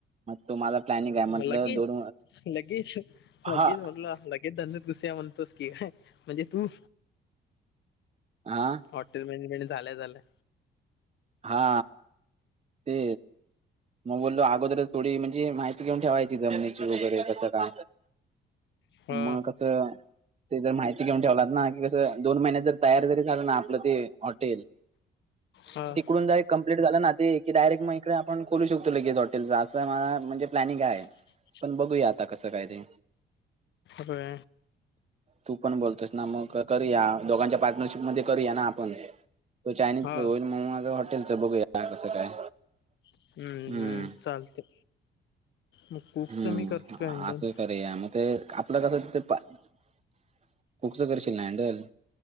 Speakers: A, on the right; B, on the left.
A: तो माझा प्लॅनिंग आहे म्हटलं
B: म‌ लगीच
A: दोन
B: लगीच लगेच
A: हा
B: म्हणलं लगेच‌ धंद्यात ‌ घुसूया म्हणतोस की म्हणजे तू
A: आं
B: हॉटेल मॅनेजमेंट झाल्या झाल्या.
A: हा ते म बोललो अगोदरच थोडी म्हणजे माही ती घेऊन ठेवायची जमनीची वगैरे कसं काय
B: हा
A: म कसं ते जर माहिती घेऊन ठेवलात ना की कसं दोन महिन्यात जर तयार जरी झालं ना आपलं ते हॉटेल
B: हा.
A: तुझं कम्प्लीट झालं ना, आपण डायरेक्ट खोलू शकतो लगेच हॉटेल असं माझं प्लॅनिंग हाय.
B: <inaudible>
A: पण बघूया आता कसं काय ते.
B: होय
A: तू पण बोलतोस ना मग करूया दोघांच्या पार्टनरशिप मध्ये करूया ना आपण. तुझं चायनीज
B: हा
A: होईल मग माझा हॉटेलचा बघू कसा काय.
B: हंम
A: हम्म
B: हंम चालतंय मग कुकचं
A: हम्म
B: मी करतो हँडल
A: आ ते करया मग ते <unintelligible> आपलं कसं ते कूकच करशील ना हँडल